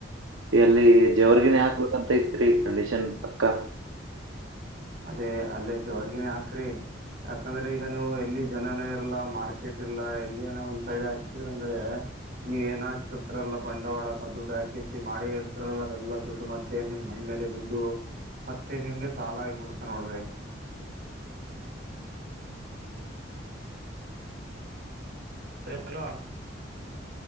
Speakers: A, on the right; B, on the right.
A: ಎಲ್ಲಿ ಜವರ್ಗಿನೇ ಹಾಕ್ಬೇಕಂತ್ ಇತ್ರೀ ಕಂಡೀಷನ್ ಪಕ್ಕ.
B: ಅದೇ ಅಲ್ಲೇ ಜೋರ್ಗಿನೆ ಹಾಕರಿ. ಯಾಕಂದ್ರೆ ಈಗ ನೀವು ಎಲ್ಲಿ ಜನನೆ ಇರಲ್ಲಾ ಮಾರ್ಕೆಟ್ ಇರ್ಲ್ಲಾ ಎಲ್ಲಿನ ಒಂದ್ ಸೈಡ್ ಹಾಕಿದ್ರಂದ್ರೆ ನೀವೆ ಏನೇ ಹಾಕಿರ್ತರಲ್ಲ ಬಂಡವಾಳ ಅ ದುಡ್ ಹಾಕತಿ ಮಾಡಿ ಇರ್ತರಲ್ಲ ಅದೆಲ್ಲ ದುಡ್ಡು ಮೆ ಮತ್ತೆ ನಿಮ್ ಮೈ ಮೇಲೆ ಬಿದ್ದು ಮತ್ತೆ ನಿಮ್ಗೆ ಸಾಲ ಆಗ್ಬಿಡುತ್ತೆ ನೋಡ್ರಿ. ಸರಿಲ